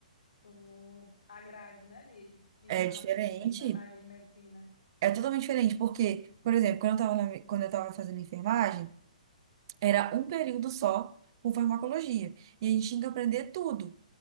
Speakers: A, on the left; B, on the right.
A: o, a grade, né, de, de,
B: É
A: farm,
B: diferente.
A: de enfermagem e medicina.
B: É totalmente diferente, porque, por exemplo, quando eu estava quando eu estava fazendo enfermagem, Era um período só com farmacologia. E a gente tinha que aprender tudo.